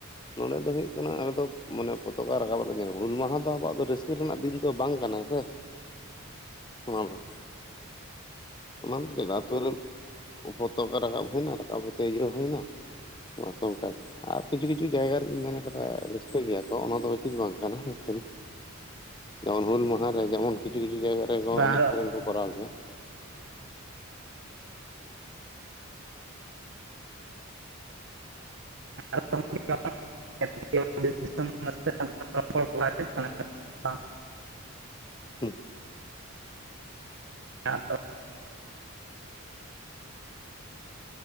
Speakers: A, on the left (about 20°); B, on the right (about 55°).
A: ᱱᱚᱸᱰᱮ ᱫᱚ ᱦᱩᱭᱩᱜ ᱠᱟᱱᱟ ᱟᱞᱮᱫᱚ ᱢᱟᱱᱮ ᱯᱚᱛᱠᱟ ᱨᱟᱠᱟᱵ ᱨᱮᱜᱮ ᱦᱩᱞ ᱢᱟᱦᱟ ᱫᱚ ᱟᱵᱚᱣᱟᱜ ᱫᱚ ᱨᱟᱹᱥ ᱼᱼ ᱠᱟᱹ ᱨᱮᱱᱟᱜ ᱫᱤᱱ ᱫᱚ ᱵᱟᱝ ᱠᱟᱱᱟ ᱥᱮ। ᱚᱱᱟ ᱫᱚ᱾ ᱚᱱᱟ ᱦᱚ ᱸᱪᱮᱫ ᱟᱹᱛᱩ ᱨᱮ <unintelligible> ᱡᱚᱛᱚᱜ ᱜᱮ ᱨᱟᱠᱟᱵ ᱦᱩᱭᱱᱟ ᱨᱟᱠᱟᱵ ᱦᱩᱭ ᱟᱛᱮ ᱤᱭᱟᱹ ᱦᱩᱭ ᱮᱱᱟ ᱵᱟᱥ ᱚᱱᱠᱟ ᱜᱮ। ᱟᱨ ᱠᱤᱪᱷᱩ ᱠᱤᱪᱷᱩ ᱡᱟᱭᱜᱟᱨᱮᱧ ᱧᱮᱞ ᱟᱠᱟᱫᱟ ᱨᱟᱹᱥᱠᱟᱹ ᱜᱮᱭᱟ ᱠᱚ ᱚᱱᱟ ᱫᱚ ᱩᱪᱤᱛ ᱵᱟᱝ ᱠᱟᱱᱟ᱾ ᱮᱠᱪᱩᱭᱮᱞᱤ ᱼᱼ ᱡᱮᱢᱚᱱ ᱦᱩᱞ ᱢᱟᱦ ᱨᱮ ᱡᱮᱢᱚᱱ ᱠᱤᱪᱷᱩ ᱠᱤᱪᱷᱩ ᱡᱟᱭᱜᱟ ᱨᱮ ᱠᱚ
B: ᱵᱟᱝ
A: ᱮᱱᱮᱡ ᱥᱮᱨᱮᱧ ᱠᱚ ᱠᱚᱨᱟᱣ ᱜᱮᱭᱟ।
B: ᱚ <inaudible> <inaudible> <inaudible> <inaudible> <inaudible> <inaudible>
A: ᱦᱩᱸ
B: ᱟᱫᱚ